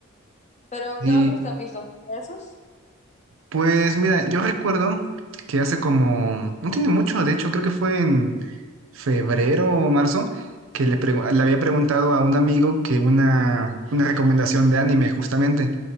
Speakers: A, on the left; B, on the right.
A: Pero,
B: Y
A: ¿qué otros te has visto? ¿Solo ¿Esos?
B: pues mira, yo recuerdo que hace como, no tiene mucho, de hecho creo que fue en febrero o marzo, que le, pregu- le había preguntado a un amigo que una, una recomendación de anime justamente.